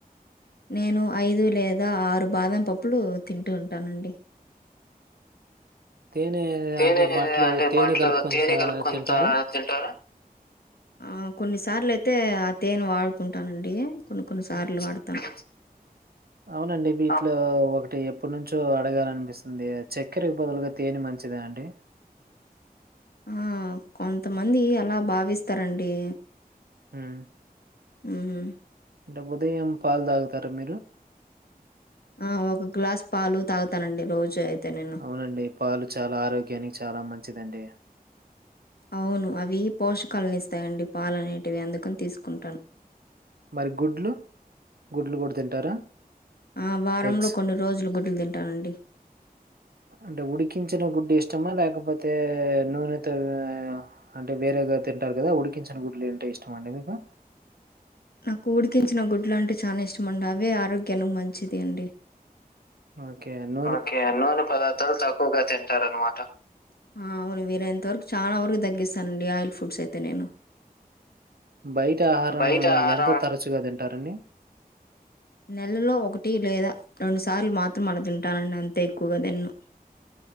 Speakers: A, on the left; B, on the right.
A: నేను ఐదు లేదా ఆరు బాదం పప్పులు తింటూ ఉంటానండి
B: తేనె
A: తేనె
B: అంటే బాటిలో
A: అంటే
B: తేనె
A: బాటిలో
B: కలుపుకుని
A: తేనె కలుపుకొని
B: తింటారా
A: తా తింటారా ఆ కొన్ని సార్లు అయితే ఆ తేనె వాడుకుంటానండి కొన్ని కొన్ని సార్లు
B: హ్మ్.
A: వాడతాను
B: అవునండి వీటిలో
A: ఆ!
B: ఒకటి ఎప్పటినుంచో అడగాలనిపిస్తుంది చక్కెరకు బదులుగా తేన మంచిదా అండి
A: ఆ కొంతమంది అలా భావిస్తారండి
B: ఉమ్
A: ఉమ్
B: అంటే ఉదయం పాలు తాగుతారా మీరు
A: ఆ ఒక గ్లాస్ పాలు తాగుతానండి రోజు అయితే నేను
B: అవునండి పాలు చాలా ఆరోగ్యానికి చాలా మంచిదండి
A: అవును అవి పోషకాలను ఇస్తాయండి పాలు అనేటివి అందుకని తీసుకుంటాను
B: మరి గుడ్లు గుడ్లు కూడా తింటారా
A: ఆ! వారంలో
B: ఎగ్స్
A: కొన్ని రోజులు గుడ్లు తింటానండి
B: అంటే ఉడికించిన గుడ్డు ఇష్టమా లేకపోతే నూనెతో అంటే వేరేగా తింటారు కదా ఉడికించిన గుడ్లు అంటే ఇష్టమా అండి మీకు
A: నాకు ఉడికించిన గుడ్లు అంటే చానా ఇష్టం అండి అవే ఆరోగ్యానికి మంచిది అండి
B: ఓకే అన్
A: ఓకే అన్ నూనె పదార్థాలు తక్కువగా తింటార అనమాట అవును వీలై అంత వరకు చాలా వరకు తగ్గిస్తానండి ఆయిల్ ఫుడ్స్ అయితే నేను
B: బయట ఆహారం
A: బయట ఆహారం
B: ఎంత తరచుగా దింటారండి
A: నెలలో ఒకటి లేదా రెండు సార్లు మాత్రం అల దింటానండి అంతే ఎక్కువగా దిన్ను